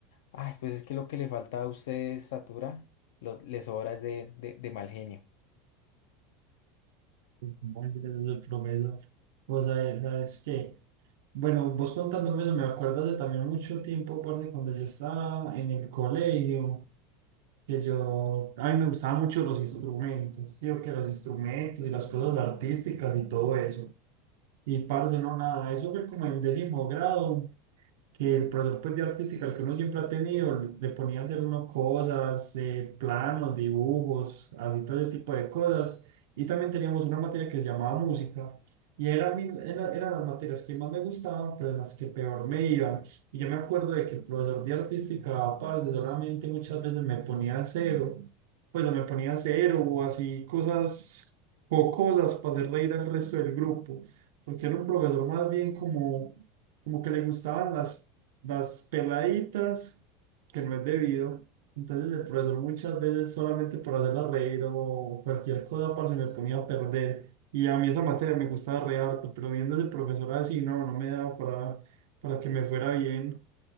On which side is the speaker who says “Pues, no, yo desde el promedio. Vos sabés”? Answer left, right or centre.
Right